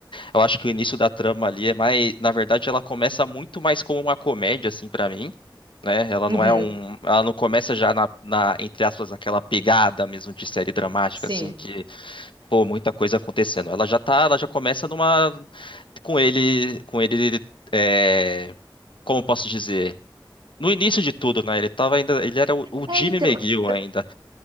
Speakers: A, on the left; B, on the right.
A: eu acho que o início da trama ali é mais, na verdade, ela começa muito mais como uma comédia, assim, pra mim. né? Ela
B: uhum,
A: não é um, ela não começa já na, na, entre aspas, aquela pegada mesmo de série dramática,
B: sim.
A: assim, que Pô, muita coisa acontecendo. Ela já tá, ela já começa numa com ele, com ele é, como posso dizer? No início de tudo, né? Ele tava ainda, ele era o, o
B: É,
A: Jimmy
B: então,
A: McGill ainda.